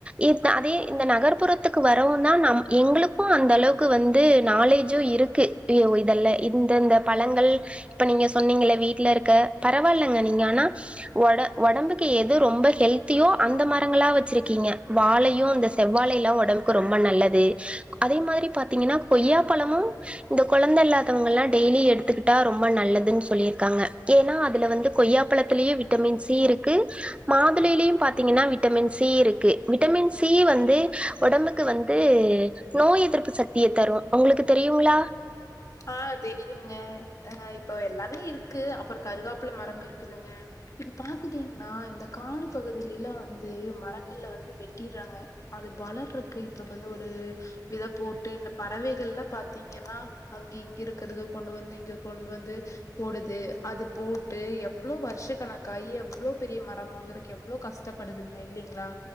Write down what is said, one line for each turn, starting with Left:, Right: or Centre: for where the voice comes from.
Right: இந் அதே இந்த நகர்புறத்துக்கு வரவு தான் நம் எங்களுக்கு அந்த அளவுக்கு வந்து நாலேஜும் இருக் இக் அயோ இதல்ல இந்த இந்த பழங்கள் இப்ப நீங்க சொன்னீங்கல வீட்ல இருக்க பரவால்லங்க நீங்க ஆனா ஒட ஒடம்புக்கு எது ரொம்ப ஹெல்த்தியோ அந்த மரங்களா வச்சிருக்கீங்க வாழையு அந்த செவ்வாழை எல்லாம் உடம்புக்கு ரொம்ப நல்லது அதே மாறி பாத்தீங்கன்னா கொய்யா பழமும் இந்த கொழந்த இல்லாதவங்கல்லா டெய்லி எடுத்துக்கிட்டா ரொம்ப ம்பா நல்லதுன்னு சொல்லியிருக்காங்க ஏன்னா அதுல வந்து கொய்யாபழதுலயே விட்டமின் சி இருக்கு மாதுளையிலும் பாத்தீங்கன்னா விட்டமின் சி இருக்கு விட்டமின் சி வந்து உடம்புக்கு வந்து நோய் எதிர்ப்பு சக்தியை தரும் உங்களுக்கு தெரியுங்களா
Left: ஆ தெரியுங்க அ இப்போ எல்லாமே இருக்கு அப்றோ கருகாப்புல மரம் இருக்குதுங்க இப்ப பாத்துட்டீங்கன்னா இந்த காடு பகுதியில லா வந்து மரங்கள்ல வந்து வெட்டிறாங்க அது வளர்ருக்கு இப்ப வந்து ஒரு வித போட்டு இந்த பறவைகள்ளா பாத்தீங்கன்னா அங்க இங்க இருக்குறது கொண்டு வந்து இங்க கொண்டு வந்து போடுது அது போட்டு எவ்ளோ வர்ஷக்கணக்காயி எவ்ளோ பெரிய மரமாகருக்கு எவ் அவ்ளோ கஷ்டப்படுது இல்லலைங்களா